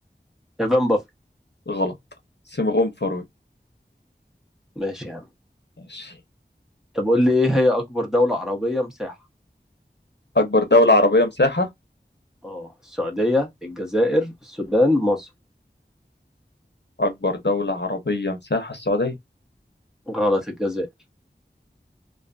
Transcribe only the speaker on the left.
غلط سيموغوند فرويد
ماشي
أكبر دولة عربية مساحة
أكبر دولة عربية مساحة السعودية